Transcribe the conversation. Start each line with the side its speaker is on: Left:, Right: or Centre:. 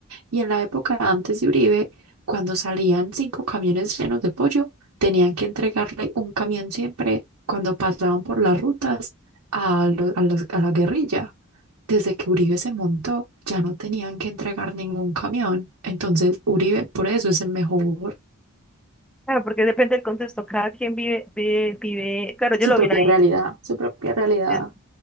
Right: Y en la época antes de Uribe, cuando salían cinco camiones llenos de pollo, tenían que entregarle un camión siempre cuando pasaban por las rutas a, lo- a los- a la guerrilla. Desde que Uribe se montó, ya no tenían que entregar ningún camión. Entonces, Uribe por eso es el mejor.
Centre: Claro, porque depende del contexto. Cada quien vive, vive, vive, claro, ellos
Right: Su
Centre: lo
Right: propia
Centre: ven ahí
Right: realidad, su propia realidad.
Centre: desde-